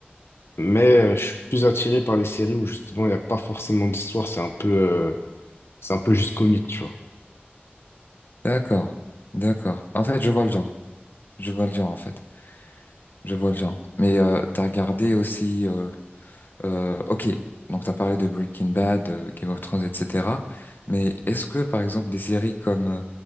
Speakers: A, on the left; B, on the left.
A: mais euh, je suis plus attiré par les séries où justement il n'y a pas forcément d'histoire c'est un peu euh, C'est un peu juste comique, tu vois.
B: D'accord, d'accord. En fait, je vois le genre. Je vois le genre, en fait. Je vois le genre. Mais euh, t'as regardé aussi... euh, Euh, ok, donc tu as parlé de Breaking Bad, euh, Game of Thrones, etc. Mais est-ce que, par exemple, des séries comme euh,